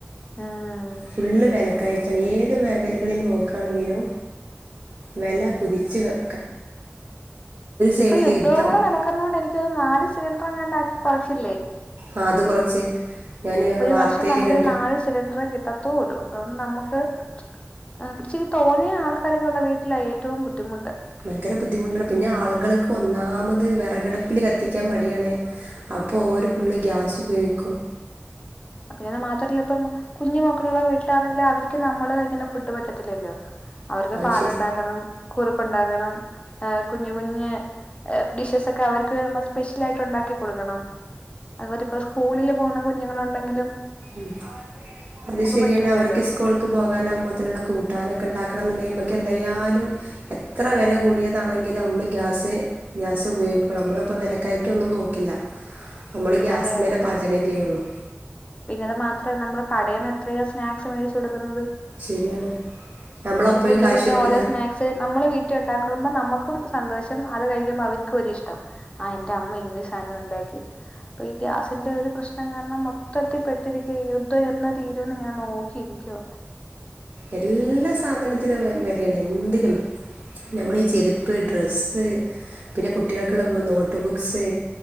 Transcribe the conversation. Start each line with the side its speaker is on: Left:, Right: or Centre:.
Left: ഉം
Right: ഫുള്ള് വിലക്കയ ഏത് മേഖലകളിൽ നോക്കാണെങ്കിലും വില കുതിച്ച് ക
Left: ഇപ്പൊ
Right: സൈഡിൽ
Left: യുദ്ധവും
Right: യുദ്ധം
Left: കൂടെ നടക്കുന്നോണ്ട് എനിക്ക് നാല് സിലിണ്ടർ എങ്ങാണ്ട് ആക്കി കുറച്ച്ല്ലേ.
Right: ആ അത് കുറച്ച് ഞാന്
Left: ഒരു
Right: വാർത്തയിൽ
Left: വർഷം നമുക്ക്
Right: കണ്ട്
Left: ഇനി നാല് സിലിണ്ടർ കി ട്ടത്തു ഉള്ളു. അതുകൊണ്ട് നമ്മക്ക് ആഹ് ചെയ് തോനെ ആൾക്കാരൊക്കെ ഉള്ള വീട്ടിലായി. റ്റവും ബുദ്ധിമുട്ട്.
Right: ഭയങ്കര ബുദ്ധിമുട്ടാണ് പിന്നെ ആളുകൾക്ക് ഒന്നാമത് വിറകടപ്പില് കത്തിക്കാൻ മടിയണേ അപ്പൊ ഓല് ഫുള്ള് ഗ്യാസ് ഉപയോഗിക്കും.
Left: പിന്നെത് മാത്രല്ല ഇപ്പം കുഞ്ഞുമ മകളുള്ള വീട്ടിലാണെങ്കിൽ അവർക്ക് നമ്മള് കഴിക്കുന്ന ഫുഡ് പറ്റത്തില്ലല്ലോ? അവർക്ക്
Right: അത്
Left: പാൽ
Right: ശരി
Left: ഉണ്ടക്കണം കുറുക്ക് ഉണ്ടകണം. ഹ് കുഞ്ഞു കുഞ്ഞു ഡിഷസ് ഒക്കെ അവർക്ക് നമ്മ സ്പെഷ്യൽ ആയിട്ട് ഉണ്ടാക്കി കൊടുക്കണം. അതുപോലെ ഇപ്പോ സ്കൂളില് പോകണ കുഞ്ഞുങ്ങളൾ ഉണ്ടെങ്കിൽ പ്പും
Right: ഉ അത് ശരിയന്നെ
Left: പറ്റൂലല്ലോ
Right: അവർക്ക് സ്കൂൾക്ക് പോകാനാകുമ്പോത്തനുള്ള കൂട്ടാനൊക്കെ ഉണ്ടാക്കണം എന്നുണ്ടങ്കിൽ എന്തായാലും എത്ര വില കൂടിയതാണെങ്കും നമ്മള് ഗ്യാസ് ഗ്യാസ് ഉപയോഗിക്കൂ നമ്മളിപ്പ വിലക്കായി <unintelligible> നോക്കില്ല നമ്മൾ ഗ്യാസ്മേലെ
Left: അതെ
Right: പാചകം ചെയ്യുള്ളൂ.
Left: ത് മാത്രേമനമ്മൾ കടയിൽന്ന് എത്രയോ സ്നാക്സ് മേടിച്ചു കൊടുക്കുന്നത്
Right: ശരിയാണ് നമ്മളപ്പോഴും
Left: കുഞ്ഞു
Right: കാശ്
Left: കുഞ്ഞു
Right: നോക്കൂല
Left: ഓരോ സ്നാക്സ് നമ്മള് വീട്ടിൽ ട്ട്‌ല് ഉണ്ടാക്കുമ്പോ നമ്മുക്കും സന്തോഷം അത് കഴിക്കുമ്പോ അവർക്കും ഒരു ഇഷ്ടം ആഹ് എന്റെ അമ്മ ഇന്ന് സാധനം ഉണ്ടാക്കി അപ്പൊ ഈ ഗ്യാസിന്റെ ഒരു പ്രശ്നം കാരണം ത്തിൽപ്പെട്ടിരിക്ക യുദ്ധം എന്ന തീരുന്ന് ഇങ്ങനെ നോക്കിയിരിക്കുക.
Right: എല്ലാ സാധനത്തിനും വെലയാണ്. എന്തിനും നമ്മളീ ഈ ചെരുപ്പ് ഡ്രെസ്സ് പിന്നെ കുട്ടികൾക്കുള്ള നോട്ട് ബുക്സ്